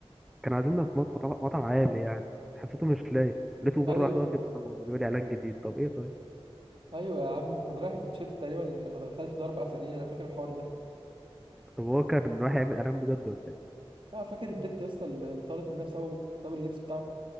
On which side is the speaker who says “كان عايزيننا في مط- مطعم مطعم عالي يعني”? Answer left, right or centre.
Centre